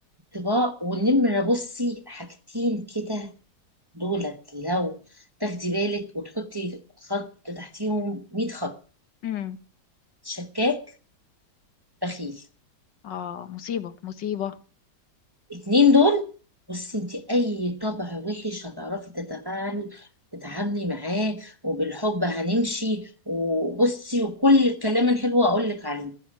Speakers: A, on the right; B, on the left.
A: طباع والنمره بصي حاجتين كده دولت لو تاخدي بالك وتحطي خط تحتيهم 100 خط
B: امم
A: شكاك بخيل
B: اه مصيبة مصيبة
A: اتنين دول بصي انت اي طبع وحش هتعرفي تتفاعلي تتعاملي معاه وبالحب هنمشي وبصي وكل الكلام الحلو هقول لك عليه